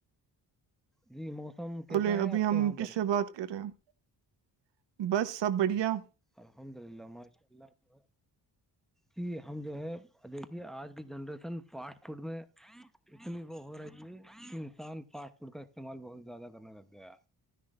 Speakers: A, in the centre; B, on the right.
A: جی موسم
B: بولے
A: کیسا ہے
B: ابھی
A: آپ
B: ہم
A: کے وہاں
B: کس
A: پر
B: سے بات کر رہے ہیں بس سب بڑھیا
A: الحمد للہ ماشاء اللہ ج ہم جو ہے دیکھیے آج کی جنریشن فاسٹ فوڈ میں اتنی وہ ہو رہی ہے کہ انسان فاسٹ فوڈ کا استعمال بہت زیادہ کرنے لگ گیا